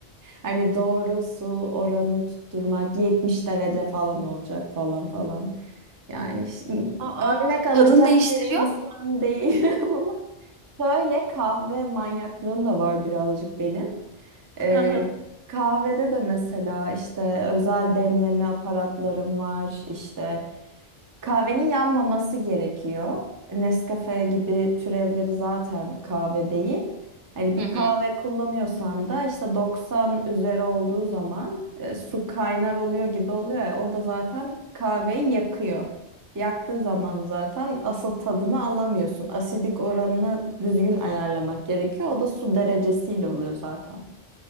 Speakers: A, on the right; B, on the right.
A: Hani doğru su oranını tutturmak 70 derece falan olacak falan falan. Yani şimdi
B: Aa,
A: örnek alınacak
B: tadını değiştiriyor
A: bir insan
B: mu?
A: değil <laughs> ama şöyle kahve manyaklığım da var birazcık benim. Ee,
B: Hı hı.
A: kahvede de mesela işte özel demleme aparatlarım var işte Kahvenin yanmaması gerekiyor. Nescafe gibi türevleri zaten kahve değil. Hani bir
B: Hı hı.
A: kahve kullanıyorsan da işte 90 üzeri olduğu zaman e, su kaynar oluyor gibi oluyor ya o da zaten kahveyi yakıyor. Yaktığı zaman zaten asıl tadını alamıyorsun. Asidik oranını düzgün ayarlamak gerekiyor. O da su derecesiyle oluyor zaten.